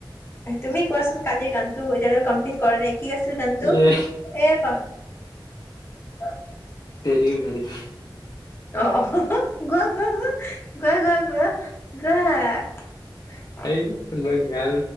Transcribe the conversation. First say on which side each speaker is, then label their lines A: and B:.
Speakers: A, on the left; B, on the left.
A: তুমি কোৱাচোন কালিৰ গানটো এতিয়ালৈ কমপ্লিট কৰা নাই কি আছিল গানটো
B: এ
A: এ পাহ অঁ
B: তেৰি মেৰি
A: অঁ গোৱা-গোৱা গ গোৱা-গোৱা-গোৱা গ
B: এই তোমাৰ গান